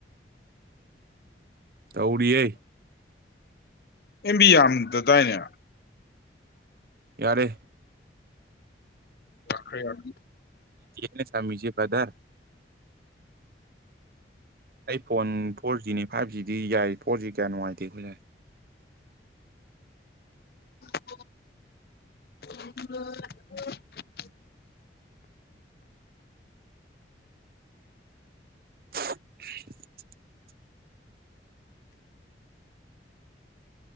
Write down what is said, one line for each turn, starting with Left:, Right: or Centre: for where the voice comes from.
Right: ꯇꯧꯔꯤꯌꯦ
Left: ꯑꯦꯝꯕꯤ ꯌꯥꯝ ꯗꯗꯥꯏꯅꯦ
Right: ꯌꯥꯔꯦ
Left: ꯋꯥꯈꯔꯤ ꯌꯥ
Right: ꯊꯦ ꯄꯙꯔ ꯑꯩ ꯐꯣꯟ ꯐꯣꯔ ꯖꯤꯅꯤ ꯐꯥꯏꯚ ꯖꯤꯗꯤ ꯌꯥꯏ ꯐꯣꯔ ꯖꯤ ꯀꯌꯥ ꯅꯨꯡꯉꯥꯏꯇꯦ ꯑꯩꯈꯣꯏ ꯌꯥꯏ
Left: ꯎꯝ ꯎ
Right: <unintelligible>